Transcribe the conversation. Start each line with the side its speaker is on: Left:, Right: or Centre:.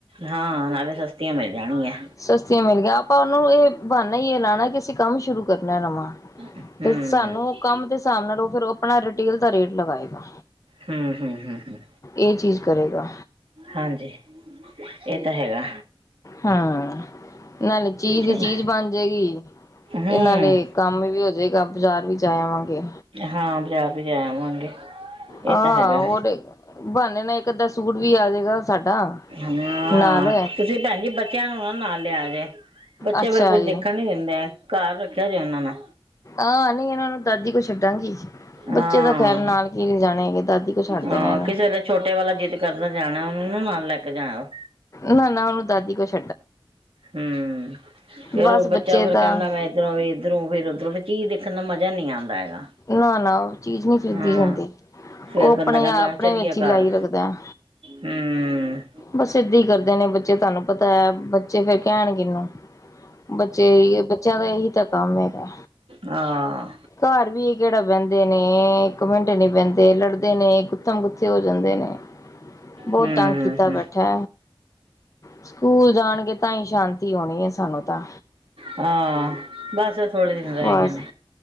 Right: ਹਾਂ ਨਾਲੇ ਸਸਤੀਆਂ ਮਿਲ ਜਾਣਗੀਆਂ।
Left: ਸਸਤੀਆਂ ਮਿਲ ਗਈਆ ਆਪਾਂ ਉਹਨੂੰ ਇਹ ਬਾਨਾ ਹੀਈ ਲਾਣਾ ਕਿ ਅਸੀਂ ਕੰਮ ਸ਼ੁਰੂ ਕਰਨਾ ਨਵਾਂ
Right: ਹੂੰ।
Left: ਤੇ ਸਾਨੂੰ
Right: ਹੂੰ
Left: ਉਹ ਕੰਮ ਤੇ ਹਿਸਾਬ ਨਾਲ ਫਿਰ ਆਪਣਾ ਰਿਟੇਲ ਦਾ ਰੇਟ ਲਗਾਏਗਾ।
Right: ਹੂੰ-ਹੂੰ, ਹੂੰ-ਹੂੰ, ਹੂੰ
Left: ਏ ਚੀਜ਼ ਕਰੇਗਾ।
Right: ਹਾਂਜੀ, ਇਹ ਤਾਂ ਹੈਗਾ।
Left: ਹਾਂ ਨਾਲੇ ਚੀਜ਼
Right: ਚਲੋ
Left: ਦੀ ਚੀਜ਼ ਬਣ ਜਾਏਗੀ।
Right: ਹੂੰ
Left: ਤੇ ਨਾਲੇ ਕੰਮ ਵੀ ਹੋ ਜਏਗਾ, ਬਜ਼ਾਰ ਵੀ ਜਾ ਆਵਾਂਗੇ।
Right: ਹਾਂ, ਬਜਾਰ ਵੀ ਜਾ ਆਵਾਂਗੇ। ਇਹ
Left: ਆਂ
Right: ਤਾਂ ਹੈਗਾ
Left: ਉ ਏ ਬਾਨੇ ਨਾ ਇੱਕ ਅੱਧਾ ਸੂਟ ਵੀ ਆ ਜਾਏਗਾ ਸਾਡਾ।
Right: ਹਨ <inaudible>
Left: ਨਾਲ
Right: ਤੁਸੀਂ ਭੈਣ ਜੀ ਬੱਚਿਆਂ ਨੂੰ ਨਾ ਨਾਲ ਲਿਆ ਜੇ ਬੱਚੇ
Left: ਅੱਛਾ
Right: ਫਿਰ ਕੁੱਝ
Left: ਜੀ
Right: ਦੇਖਣ ਨੀ ਦਿੰਦੇ। ਘਰ ਰੱਖਿਆ ਜੇ ਉਹਨਾਂ ਨੂੰ।
Left: ਆ ਨਈ ਇਹਨਾਂ ਨੂੰ ਦਾਦੀ ਕੋ ਛੱਡਾਂਗੀ।
Right: ਹਾਂ
Left: ਬੱਚੇ ਤਾਂ ਖੈਰ ਨਾਲ ਕੀ ਲਿਜਾਣੇ ਹੈਗੇ ਦਾਦੀ ਕੋਲ ਛੱਡ ਦੇਣੇ
Right: ਹਾਂ
Left: ਨੇ
Right: ਕਿਸੇ ਵੇਲੇ ਛੋਟੇ ਵਾਲਾ ਜਿੱਦ ਕਰਦਾ ਜਾਣਾ ਉਹਨੂੰ ਨਾ ਨਾਲ ਲੈ ਕੇ ਜਾਣਾ।
Left: ਨਾ-ਨਾ ਉਹਨੂੰ ਦਾਦੀ ਕੋ ਛੋ
Right: ਹੂੰ ਫੇਰ
Left: ਬਸ
Right: ਉਹ ਬੱਚਾ
Left: ਬੱਚੇ
Right: ਫੇਰ
Left: ਤਾਂ
Right: ਕਹਿੰਦਾ ਮੈਂ ਇਧਰੋਂ ਵੇ-ਇਧਰੋਂ ਵੇ ਫਿਰ ਉਧਰੋਂ ਚੀਜ਼ ਦੇਖਣ ਦਾ ਮਾਜਾ ਨੀ ਆਉਂਦਾ ਹੈਗਾ।
Left: ਨਾ ਨਾ ਉਹ ਚੀਜ਼ ਨਹੀਂ ਖਰੀਦੀ
Right: ਹਾਂ
Left: ਜਾਂਦੀ
Right: ਫੇਰ
Left: ਉਹ ਆਪਣੇ
Right: ਬੰਦਾ ਕਹਿੰਦਾ
Left: ਆਪਣੇ
Right: ਚੱਲੀਏ
Left: ਵਿੱਚ ਹੀ
Right: ਘਰ।
Left: ਲਾਈ ਰੱਖਦਾ
Right: ਹੂੰ
Left: ਬਸ ਏਦਾਂ ਹੀ ਕਰਦੇ ਨੇ ਬੱਚੇ ਤੁਹਾਨੂੰ ਪਤਾ ਹੈ ਬੱਚੇ ਫੇਰ ਕਹਿਣ ਕਿਹਨੂੰ। ਬੱਚੇ ਏ ਹੀ ਏ ਬੱਚਿਆਂ ਦਾ ਇਹੀ ਤਾਂ ਕੰਮ ਹੈਗਾ
Right: ਹਾਂ
Left: ਘਰ ਵੀ ਕਿਹੜਾ ਬਹਿੰਦੇ ਨੇ ਇੱਕ ਮਿੰਟ ਨੀ ਬਹਿੰਦੇ ਲੜਦੇ ਨੇ ਗੁੱਤਮ-ਗੁੱਤੀ ਹੋ ਜਾਂਦੇ ਨੇ। ਬੋਤ
Right: ਹੂੰ ਹੂੰ
Left: ਤੰਗ ਕੀਤਾ
Right: ਹੂੰ,
Left: ਬੈਠਾ। ਸਕੂਲ ਜਾਣਗੇ ਤਾਂ ਈ ਸ਼ਾਂਤੀ ਹੋਣੀ ਹੈ ਸਾਨੂੰ ਤਾਂ
Right: ਹਾਂ ਬਸ ਥੋੜੇ ਦਿਨ ਰਹਿ
Left: ਬਸ,
Right: ਗਏ ਨੇ